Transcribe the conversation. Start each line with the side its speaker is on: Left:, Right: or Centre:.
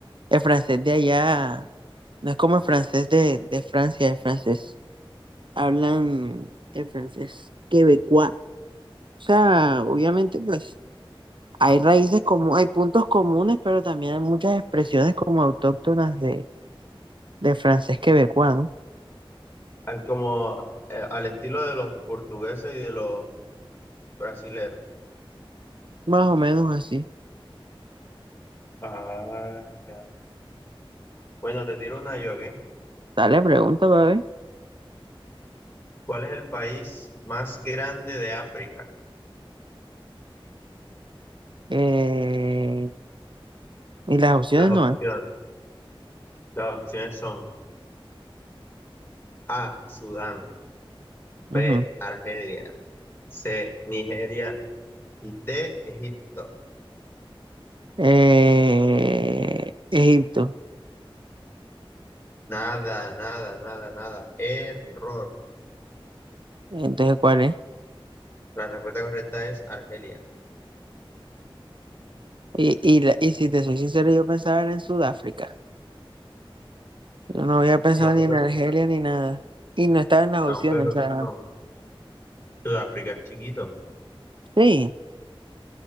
Right: el francés de allá. No es como el francés de, de Francia, el francés. Hablan el francés quebecois. O sea, obviamente, pues hay raíces como, hay puntos comunes, pero también hay muchas expresiones como autóctonas de, de francés quebecois, ¿no?
Left: Al, como eh, al estilo de los portugueses y de los brasileros.
Right: Más o menos así.
Left: Ah, ya. Bueno, te tiro una yo, ¿ok?
Right: Dale, pregunta, bebé.
Left: ¿Cuál es el país más grande de África?
Right: Eh, y las opciones
Left: Las opciones,
Right: no hay.
Left: las opciones son A, Sudán,
Right: Ujú.
Left: B, Argelia, C, Nigeria y D, Egipto.
Right: Eh, Egipto.
Left: Nada, nada, nada, nada. Error.
Right: Entonces, ¿cuál es?
Left: La respuesta correcta es Argelia.
Right: Y, y, la- y si te soy sincero, yo pensaba era en Sudáfrica. Yo no había pensado
Left: No, pero
Right: ni en Argelia
Left: sí,
Right: ni nada. Y no estaba en las opciones.
Left: no, pero
Right: O sea,
Left: no. Sudáfrica es chiquito.
Right: sí,